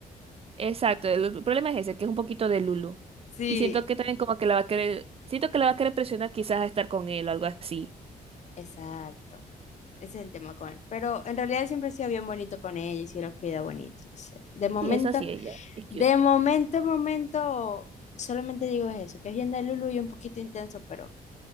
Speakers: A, on the right; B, on the left.
A: Exacto. El, el problema es ese, que es un poquito de Lulu.
B: Sí,
A: Y siento que también como que la va a querer... Siento que la va a querer presionar quizás a estar con él o algo así.
B: exacto. Ese es el tema con él. Pero en realidad él siempre ha sido bien bonito con ella y sí lo cuida bonito. No sé. De momento,
A: Sí, eso sí, ella. Es cute.
B: de momento, momento, solamente digo eso, que es bien de Lulu y un poquito intenso, pero,